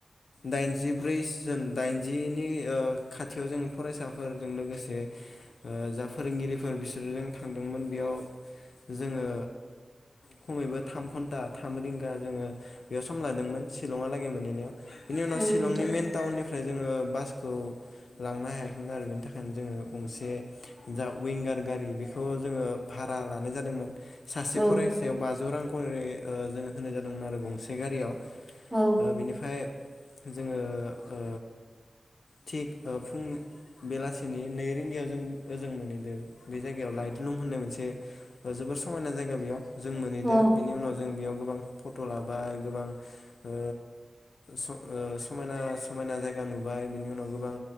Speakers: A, on the left; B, in the centre.
A: दाइनजिब्रै दाइनजिनि खाथियाव जोंनि फरायसा फोरजों लोगोसे जा फोरोंगिरिफोर बिसोरजों थांदोंमोन बेयाव जोङो खमैबो थाम घन्टा थाम रिंगा जोङो बेयाव सम लादोंमोन शिलंहालागै मोनहैनायाव। बिनि उनाव
B: औ
A: शिलंनि
B: नोंथां
A: मेन टाउननिफ्राय जोङो बासखौ लांनो हायाखै थांओ आरो बेनि थाखायनो जोङो गंसे जा विंगार गारि बेखौ जोङो भारहा लानाय जादोंमोन सासे
B: औ
A: फरायसायाव बाजौ रां खरै ओ जोङो होनाय जादोंमोन आरो गंसे गारियाव
B: औ
A: ओ बिनिफ्राय जोङो ओ थिग ओ फुं बेलासिनि नै रिंगायाव जों ओजों मोनहैदो। बे जायगायाव लाइटलुम होन्नाय मोनसे जोबोर स समायना जायगा बेयाव जों मोनहैदो
B: औ
A: बिनि उनाव जों बेयाव गोबां फट' लाबाय गोबां ओ स ओ समायना समायना जायगा नुबाय बिनि उनाव गोबां